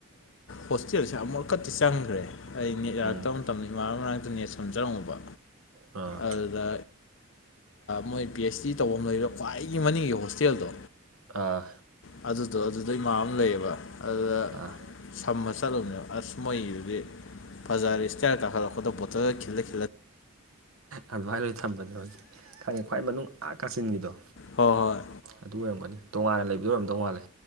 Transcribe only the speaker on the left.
ꯍꯣꯁꯇꯦꯜꯁꯦ ꯑꯃꯨꯛꯀꯛꯇꯤ ꯆꯪꯈ꯭ꯔꯦ ꯑꯩ ꯅꯦꯠ ꯌꯥꯔꯛꯇꯕ
ꯃꯇꯝꯗ ꯃꯔꯥꯡ ꯃꯔꯅꯥꯛꯇ ꯅꯦꯠ ꯁꯣꯟꯖꯔꯝꯕ
ꯑꯗꯨꯗ ꯃꯣꯏ ꯄꯤ ꯑꯩꯆ ꯗꯤ ꯇꯧꯐꯝ ꯂꯩ ꯈ꯭ꯋꯥꯏꯗꯒꯤ ꯃꯅꯤꯡꯒꯤ ꯍꯣꯁꯇꯦꯜꯗꯣ
ꯑꯗꯨꯗꯣ ꯑꯗꯨꯗꯩ ꯃꯥ ꯑꯃ ꯂꯩꯌꯦꯕ ꯑꯗꯨꯗ
ꯁꯝꯕ ꯆꯠꯂꯨꯕꯅꯦꯕ ꯑꯁ ꯃꯣꯏꯒꯤꯗꯨꯗꯤ ꯕꯖꯥꯔ ꯏꯁꯇꯇꯥꯜ ꯀꯥꯈꯠꯂꯛꯄꯗ ꯕꯣꯇꯜꯗ ꯈꯤꯜꯂꯛꯈꯤ
ꯍꯣꯏ ꯍꯣꯏ